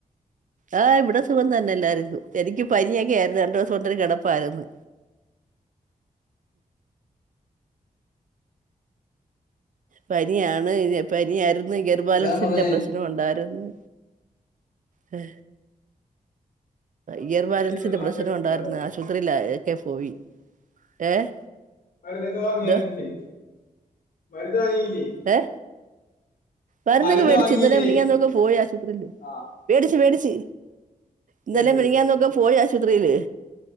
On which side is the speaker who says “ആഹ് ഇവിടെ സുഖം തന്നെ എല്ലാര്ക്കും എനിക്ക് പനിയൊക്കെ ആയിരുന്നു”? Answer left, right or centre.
Right